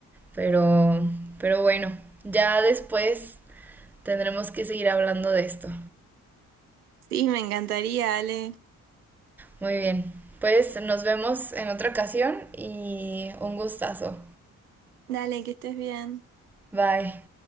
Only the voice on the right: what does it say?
Sí, me encantaría, Ale.
Dale, que estés bien.